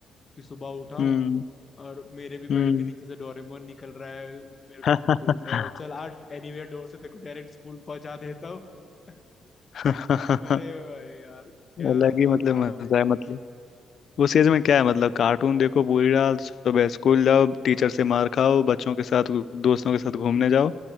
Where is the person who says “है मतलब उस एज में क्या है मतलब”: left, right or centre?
Left